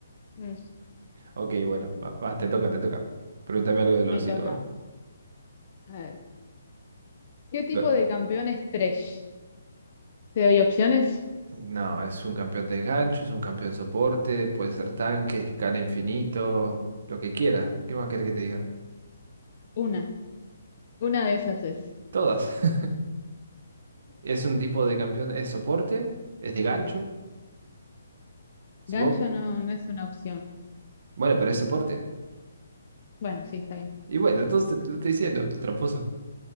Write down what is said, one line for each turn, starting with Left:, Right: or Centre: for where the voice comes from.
Left: Mm,
Right: Ok, bueno, va, va, te toca, te toca. Pregúntame algo de Lolcito,
Left: Me toca.
Right: ¿vale?
Left: A ver. ¿Qué tipo
Right: Lo-
Left: de campeón es Thresh? ¿Te doy opciones?
Right: No, es un campeón de gancho, es un campeón soporte, puede ser tanque, escala infinito, lo que quiera. ¿Qué más querés que te diga?
Left: Una. Una de esas es.
Right: Todas. <laughs> Es un tipo de campeón, es soporte, es de gancho, supongo.
Left: Gancho no, no es una opción.
Right: Bueno, pero es soporte.
Left: Bueno, sí, está bien.
Right: Y bueno, entonces te lo estoy diciendo, tramposa.